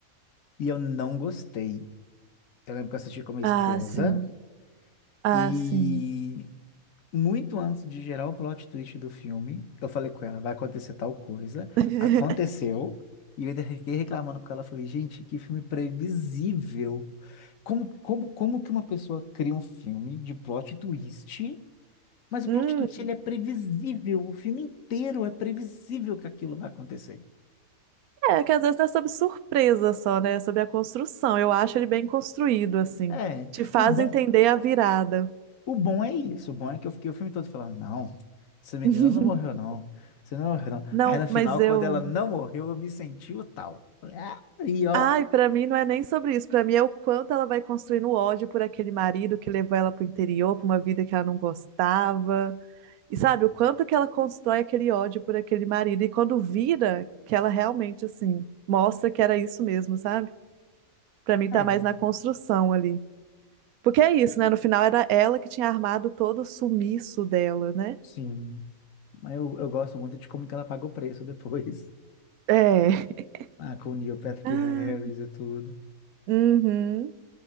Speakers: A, on the left; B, on the right.
A: e eu não gostei. Eu lembro que eu assisti com a minha
B: Ah,
A: esposa
B: sim. Ah,
A: e
B: sim.
A: muito antes de gerar o plot twist do filme, eu falei com ela, vai acontecer tal coisa.
B: <laughs>
A: Aconteceu. E eu ainda fiquei reclamando com ela. Falei, gente, que filme previsível. Como, como, como que uma pessoa cria um filme de plot twist, mas o
B: Hum.
A: plot twist ele é previsível. O filme inteiro é previsível que aquilo vai acontecer.
B: É, que às vezes não é sobre surpresa só, né? É sobre a construção. Eu acho ele bem construído, assim.
A: É,
B: Te faz
A: o bom,
B: entender a virada.
A: O bom é isso. O bom é que eu fiquei o filme todo falando, não, essa menina
B: <laughs>
A: não morreu, não. Você não morreu, não.
B: Não,
A: Aí no final,
B: mas eu.
A: quando ela não morreu, eu me senti o tal. Falei, ah, e ó.
B: Ai, pra mim não é nem sobre isso. Pra mim é o quanto ela vai construindo ódio por aquele marido que levou ela pro interior, pra uma vida que ela não gostava. E sabe, o quanto que ela constrói aquele ódio por aquele marido. E quando vira, que ela realmente, assim, mostra que era isso mesmo, sabe? Pra mim tá
A: É,
B: mais na construção ali. Porque é isso, né? No final era ela que tinha armado todo o sumiço dela, né?
A: sim. Mas eu, eu gosto muito de como que ela paga o preço depois. <laughs>
B: É. <laughs>
A: Ah, com o Neil Patrick
B: Ah,
A: Harris e tudo.
B: uhum.